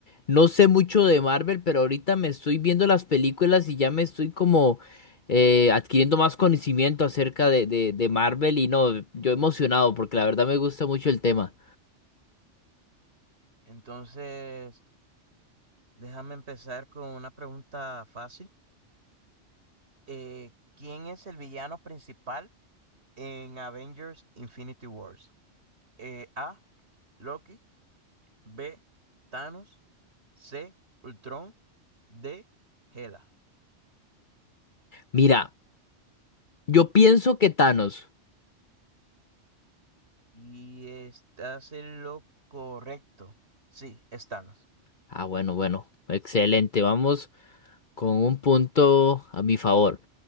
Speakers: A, on the left (about 45°); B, on the right (about 60°).
A: no sé mucho de Marvel, pero ahorita me estoy viendo las películas y ya me estoy como eh, adquiriendo más conocimiento acerca de, de, de Marvel y no, yo emocionado porque la verdad me gusta mucho el tema.
B: Entonces, déjame empezar con una pregunta fácil. eh, ¿quién es el villano principal en Avengers Infinity Wars? Eh, A. Loki. B. Thanos. C. Ultron. D. Hela.
A: Mira, yo pienso que Thanos.
B: Y estás en lo correcto. Sí, es Thanos.
A: Ah, bueno, bueno, excelente, vamos con un punto a mi favor.